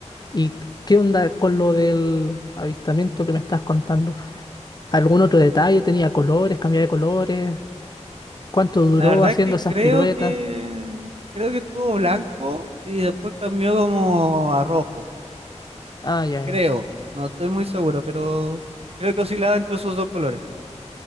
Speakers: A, on the left; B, on the right.
A: ¿y qué onda con lo del avistamiento que me estás contando? ¿Algún otro detalle? ¿Tenía colores? ¿Cambiaba de colores? ¿Cuánto duró
B: La verdad
A: haciendo
B: es que
A: esas
B: creo
A: piruetas?
B: que creo que estuvo blanco y después cambió como a rojo.
A: Ah, ya, ya.
B: creo, no estoy muy seguro, pero creo que oscilaba entre esos dos colores.